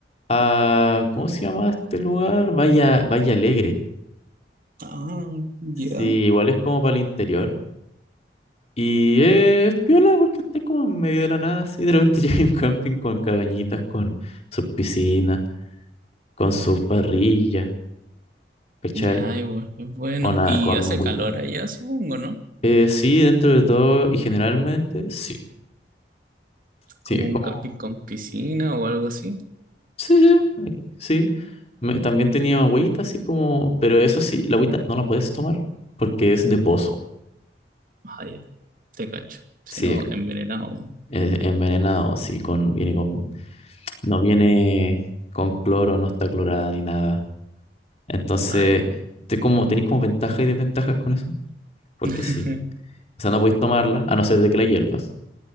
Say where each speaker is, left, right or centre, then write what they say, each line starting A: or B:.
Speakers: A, on the left; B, on the right.
A: Ah, ¿cómo se llama este lugar? Vaya, Vaya Alegre.
B: Ah, ya.
A: Sí, igual es como para el interior. Y es piola porque está como en medio de la nada, así. De repente <laughs> llega un camping con cabañitas, con sus piscinas, con sus parrillas, ¿cachai?
B: Ya, y bu- es bueno.
A: Con,
B: Y
A: a- con
B: hace
A: agüita.
B: calor allá, supongo, ¿no?
A: Eh, sí, dentro de todo y generalmente, sí. Sí,
B: Como
A: es
B: un
A: como,
B: camping con piscina o algo así.
A: sí, sí, eh, sí. Me- también tenía agüita, así como, pero eso sí, la agüita no la puedes tomar porque es de pozo.
B: Ah, ya, te cacho. Si
A: Sí,
B: no,
A: es,
B: envenenado.
A: es envenenado, sí, con, viene con, no viene con cloro, no está clorada ni nada. Entonces,
B: Ah, ya.
A: te como, tenéis como ventajas y desventajas con eso, porque
B: <laughs>
A: sí. O sea, no podéis tomarla, a no ser de que la hiervas.